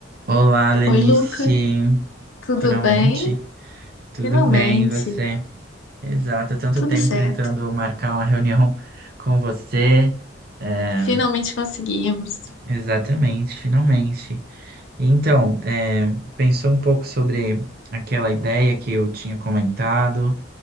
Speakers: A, on the right; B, on the left.
A: Olá, Lenice.
B: Oi, Luca, tudo
A: Finalmente,
B: bem?
A: tudo
B: Finalmente,
A: bem, e você? Exato, tanto
B: tudo
A: tempo
B: certo.
A: tentando marcar uma reunião com você. É,
B: Finalmente conseguimos.
A: exatamente, finalmente. Então, é, pensou um pouco sobre aquela ideia que eu tinha comentado,